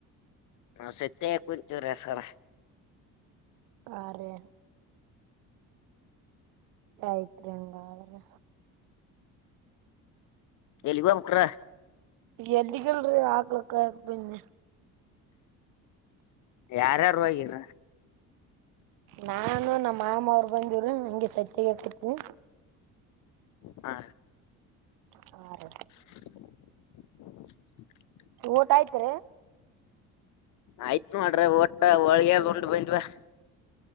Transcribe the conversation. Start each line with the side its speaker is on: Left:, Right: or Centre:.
Left: ಹ ಸತ್ತ ಕು ಚುರ ಸರ
Right: ಆರೆ ಯ್ತ್ ಹಂಗಾದ್ರ
Left: ಎಲ್ಲಿಗ ಹೋಗಬೆಕರ
Right: ಎದ್ದಗಲ್ರಿ ಹಾಕ್ಲಕ್ಕ ಬಂನ್ನೆ
Left: ಯಾರಾರು ಹೋಗೀರ
Right: ನಾನು ನಮ್ಮ ಮಾಮ ಅವರು ಬಂದವರು ಹಂಗೆ ಸತ್ಯಾಗ ಹಾಕತಿವಿ.
Left: ಆ.
Right: ಹಾ ರ
Left: <unintelligible>
Right: ಊಟ ಆಯ್ತ್ರಿ.
Left: ಆಯ್ತ್ ನೋಡ್ರಿ ಊಟ ಹೊಳಗೆಲ್ ಉಂಡ್ ಬಂದ್ವಾ.